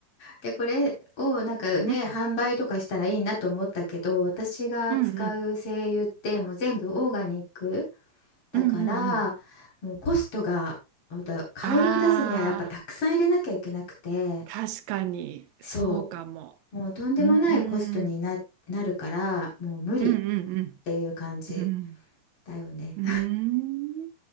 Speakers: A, on the left (about 45°); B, on the right (about 75°).
A: で、これをなんかね、
B: うん。
A: 販売とかしたらいいなと思ったけど、私が使う精油ってもう全部オーガニック
B: うんうん。
A: だから、
B: うんうんうん。
A: もうコストが、また香りを出すにはやっぱたくさん入れなきゃいけなくて、
B: ああ、確かに、
A: そ
B: そうかも。
A: う、もうとんでもないコストにな、
B: うーん。
A: なるから、もう無理っ
B: うんうん
A: ていう感じ
B: うん。うん
A: だよね。
B: うーん。